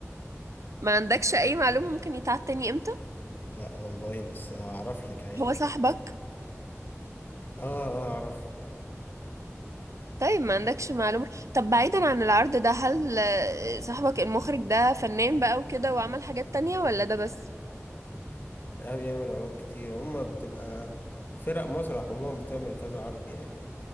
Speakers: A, on the right; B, on the left.
A: ما عندكش اي معلومة ممكن يتعاد تاني امتى
B: لا والله بس هعرف لك عادي
A: هو صاحبك
B: أه أه أعرف
A: طيب ما عندكش معلومة طب بعيدا عن العرض ده هل آه، صاحبك المخرج ده فنان بقى وكده وعمل حاجات تانية ولا ده بس
B: أه بيعمل عروض كتير هما بتبقى فرق مسرح عموما بتعمل كذا عرض يعني